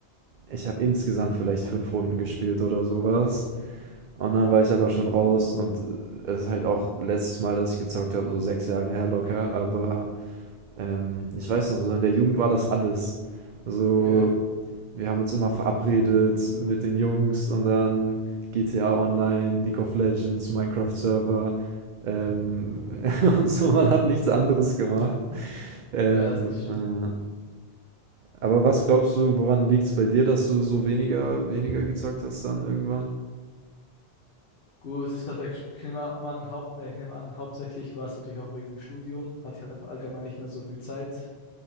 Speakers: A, on the right (about 55°); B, on the left (about 65°).
A: Ich habe insgesamt vielleicht 5 Runden gespielt oder sowas Und dann war ich aber schon raus und es ist halt auch letztes Mal, dass ich gezockt habe, so sechs Jahre her locker, aber ähm, ich weiß noch, so in der Jugend war das alles. So,
B: Ja,
A: wir haben uns immer verabredet mit den Jungs und dann GTA Online, League of Legends, Minecraft Server ähm, <laughs> und so, man hat nichts anderes gemacht. Ähm,
B: ja, das stimmt.
A: äh, aber was glaubst du, woran liegt es bei dir, dass du so weniger weniger gezockt hast dann irgendwann?
B: Gut, das hat, euch- ich nehme an, haupt, äh, ich nehme an, hauptsächlich war es natürlich auch wegen dem Studium. Hatte ich halt einfach allgemein nicht mehr so viel Zeit.